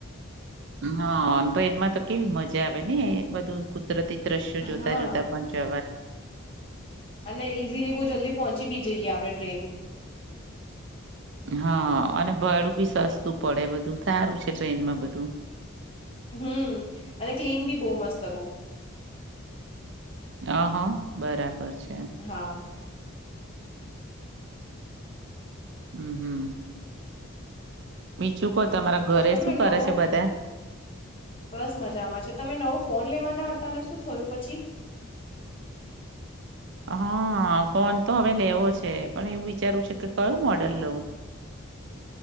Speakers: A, on the right; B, on the left.
A: હા ટૈનતો એમાં તો કેવી મજા આવે ને એ બધું કુદરતી દ્રશ્યો જોતા
B: હા
A: જોતા પણ જવા
B: અને ઇઝીલી બહુ જલ્દી પહોંચી બી જઈએ આપણે ટ્રેન
A: હા અને ભાડું બી સસ્તું પડે બધું સારું છે ટ્રેનમાં બધું
B: હમ અને ક્લીન બી બહુ મસ્ત હતું
A: હ હા બરાબર છે.
B: હા
A: હમ હમ બીજુ કોહ તમારા ઘરે
B: તમે
A: શું કરે
B: નવો
A: છે બધા
B: બસ મજામાં છે તમે નવો ફોન લેવાના હતા ને શું થયું પછી
A: હા ફોન તો હવે લેવો છે પણ એવું વિચારવું છે કે કયું મોડલ લઉં